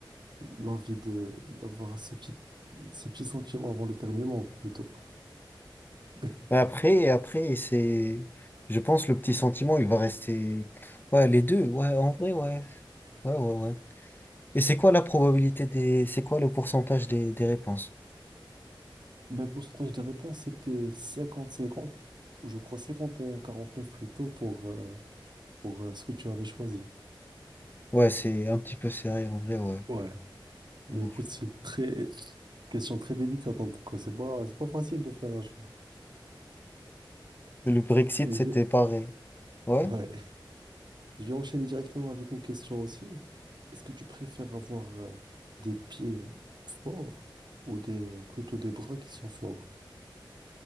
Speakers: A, on the right; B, on the left.
A: l'envie de d'avoir ce petit, ce petit sentiment avant l'éternuement, plutôt. <laughs>
B: Mais Après, après, c'est, je pense, le petit sentiment, il va rester. Ouais, les deux, ouais, en vrai, ouais. Ouais, ouais, ouais. Et c'est quoi la probabilité des. C'est quoi le pourcentage des, des réponses?
A: Ben, pour le pourcentage des réponses, c'était cinquante cinquante ou je crois cinquante et un quarante neuf plutôt pour, euh, pour euh, ce que tu avais choisi.
B: Ouais, c'est un petit peu serré, en vrai, ouais.
A: Ouais. Mais
B: Ouf.
A: écoute, c'est très question très délicate en tout cas. C'est pas, c'est pas facile de faire un choix.
B: Et Le Brexit,
A: Et
B: c'était
A: je vais.
B: pareil. Ouais.
A: Ouais. Je vais enchaîner directement avec une question aussi. Est-ce que tu préfères avoir euh, des pieds forts ou des, euh, plutôt des bras qui sont forts?